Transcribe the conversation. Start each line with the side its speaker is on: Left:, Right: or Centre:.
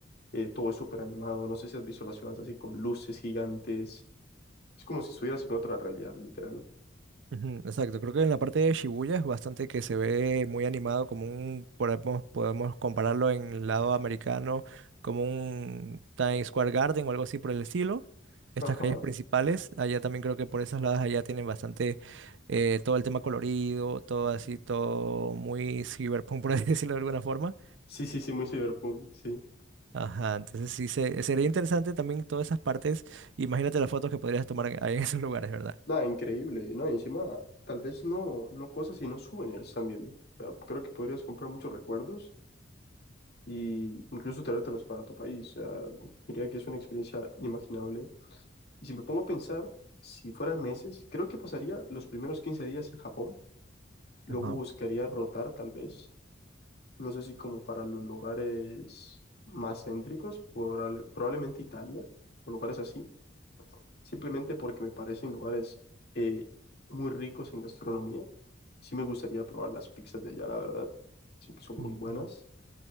Left: eh, todo es súper animado. No sé si has visto las ciudades así con luces gigantes. Es como si estuvieras en otra realidad, literal.
Right: Ujú, Exacto, creo que en la parte de Shibuya es bastante que se ve muy animado, como un, podemos, podemos compararlo en el lado americano, como un Times Square Garden o algo así por el estilo. Estas
Left: Ajá.
Right: calles principales, allá también creo que por esas lados allá tienen bastante eh, todo el tema colorido, todo así, todo muy cyberpunk, por así <laughs> decirlo de alguna forma.
Left: Sí, sí, sí, muy cyberpunk, sí.
Right: Ajá, entonces sí, se, sería interesante también todas esas partes. Imagínate las fotos que podrías tomar ahí en esos lugares, ¿verdad?
Left: Nada, increíble, ¿no? Encima, tal vez no, no cosas, sino souvenirs también. O sea, creo que podrías comprar muchos recuerdos y incluso traértelos para tu país. O sea, diría que es una experiencia inimaginable. Y si me pongo a pensar, si fueran meses, creo que pasaría los primeros 15 días en Japón Luego
Right: Ajá.
Left: buscaría rotar, tal vez. No sé si como para los lugares más céntricos, probable- probablemente Italia o lugares así, simplemente porque me parecen lugares eh, muy ricos en gastronomía. Sí me gustaría probar las pizzas de allá, la verdad. Sí que son
Right: Mm.
Left: muy buenas